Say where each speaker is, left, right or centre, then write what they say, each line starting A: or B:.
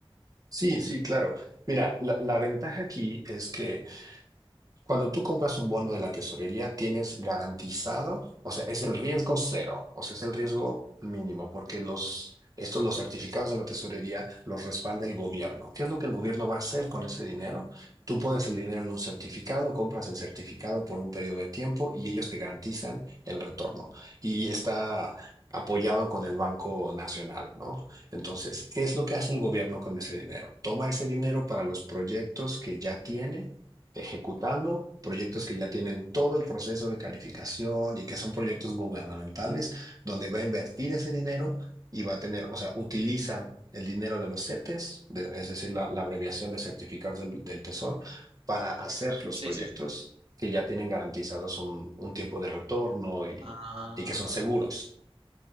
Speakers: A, on the right; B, on the right.
A: sí, sí, claro. Mira, la, la ventaja aquí es que Cuando tú compras un bono de la tesorería, tienes garantizado, o sea, es el riesgo cero, o sea, es el riesgo mínimo, porque los, estos, los certificados de la tesorería los respalda el gobierno. ¿Qué es lo que el gobierno va a hacer con ese dinero? Tú pones el dinero en un certificado, compras el certificado por un periodo de tiempo y ellos te garantizan el retorno. Y está apoyado con el Banco Nacional, ¿no? Entonces, ¿qué es lo que hace el gobierno con ese dinero? Toma ese dinero para los proyectos que ya tiene ejecutando proyectos que ya tienen todo el proceso de calificación y que son proyectos gubernamentales, donde va a invertir ese dinero y va a tener, o sea, utilizan el dinero de los CETES, de- es decir, la, la abreviación de certificados del, del Tesoro, para hacer los
B: Sí,
A: proyectos
B: sí, sí.
A: que ya tienen garantizados un, un tiempo de retorno y,
B: Ah.
A: y que son seguros.